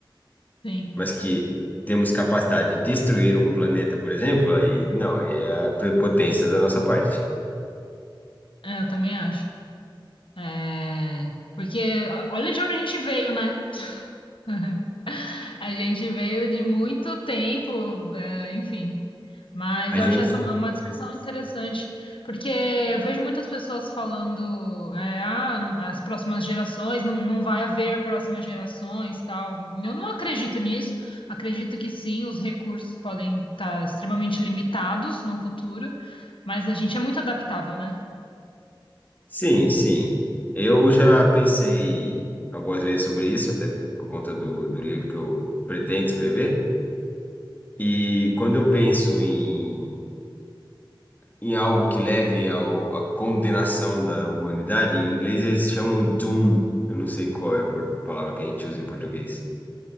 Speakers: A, on the left; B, on the left.
A: sim,
B: mas que temos capacidade de destruir um planeta, por exemplo, aí não, aí é a prepotência da nossa parte.
A: é, eu também acho. É, porque olha de onde a gente veio, né? <laughs> A gente veio de muito tempo, é, enfim. Mas
B: A
A: eu
B: gente,
A: acho essa uma uma discussão interessante, porque eu vejo muitas pessoas falando, é, ah, não- as próximas gerações, não, não vai haver próximas gerações, tal. Eu não acredito nisso. Acredito que sim, os recursos podem estar extremamente limitados no futuro, mas a gente é muito adaptável, né?
B: sim, sim. Eu já pensei algumas vezes sobre isso, até por conta do, do livro que eu pretendo escrever. E quando eu penso em, em algo que leve ao, à condenação da humanidade, em inglês eles chamam doom. Eu não sei qual é a por- palavra que a gente usa em português.